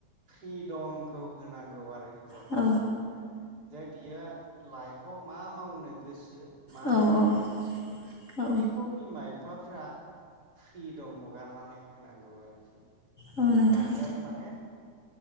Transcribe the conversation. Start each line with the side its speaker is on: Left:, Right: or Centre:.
Right: फ्रि दमखौ होनांगौ आरो हिनजाव
Left: औ
Right: मानसिफोरनो। जे बियो लाइफआव मा मावनो गोसो मा
Left: औ
Right: जानो
Left: औ
Right: गोसो
Left: औ
Right: बेखौ बिमा बिफा फ्रा फ्रि दम हगारनानै होनांगौ आरो एसे।
Left: औ नोंथां
Right: बांद्राय माने